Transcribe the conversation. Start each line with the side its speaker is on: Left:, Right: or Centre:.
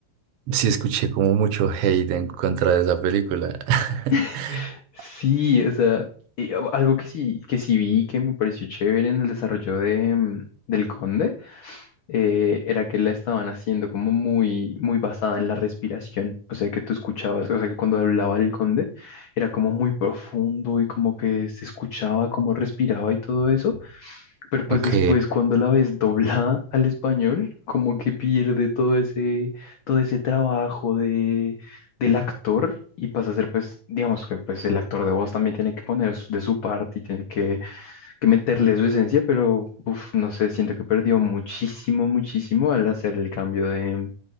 Right: sí escuché como mucho hate en contra de esa película. <laughs>
Left: <laughs> Sí, o sea, y a- algo que sí, que sí vi que me pareció chévere en el desarrollo de, mm, del Conde, eh, era que la estaban haciendo como muy, muy basada en la respiración. O sea, que tú escuchabas, o sea, que cuando hablaba el Conde era como muy profundo y como que se escuchaba cómo respiraba y todo eso. Pero pues
Right: Ok,
Left: después cuando la ves doblada al español, como que pierde todo ese, todo ese trabajo de, del actor y pasa a ser pues, digamos que pues el actor de voz también tiene que poner su- de su parte y tiene que, que meterle su esencia, pero uf, no sé, siento que perdió muchísimo, muchísimo al hacer el cambio de,